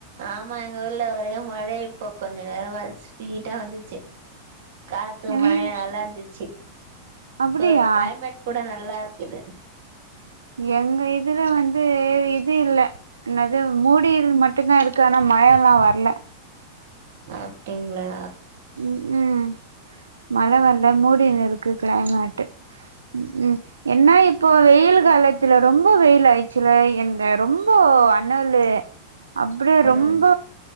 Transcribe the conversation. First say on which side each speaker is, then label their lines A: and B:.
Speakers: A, on the right; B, on the right.
A: ஆமா எங்க ஊர்ல ஒரே மழை இப்போ கொஞ்ச நேரமா ஸ்பீடா வந்துச்சு காத்து
B: எங்
A: மழை நல்லா இருந்துச்சி இப்ப
B: அப்டியா
A: கிளைமேட் கூட நல்லா இருக்குது
B: எங்க இதுல வந்து இது இல்ல என்னது மூடி இருள் மட்டுந்தா இருக்கு ஆனா ம மழைல்லா வர்ல
A: அப்டிங்ளா
B: ம் ம் மழை வரல மூடினு இருக்கு கிளைமேட்டு ம் ம் என்னா இப்போ வெயில் காலத்துல ரொம்ப வெயில் ஆயிச்சில இந்த ரொம்ப ஓ அண்ணல்லு அப்டியே
A: ம்
B: ரொம்ப